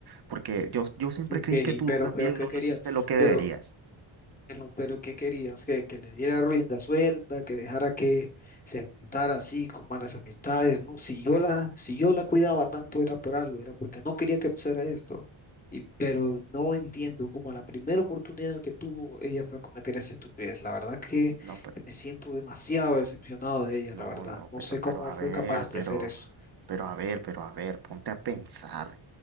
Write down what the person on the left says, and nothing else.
Ok,
pero,
pero ¿qué
querías?
Pero
Pero, pero ¿qué querías? ¿Que, que le diera rienda suelta, que dejara que se juntara así con malas amistades, ¿no? Si yo la, si yo la cuidaba tanto era por algo, era porque no quería que pasara esto. Y, pero no entiendo cómo a la primera oportunidad que tuvo ella fue a cometer esa estupidez. La verdad que
me siento demasiado decepcionado de ella,
la verdad.
No
sé cómo
fue
capaz de
hacer eso.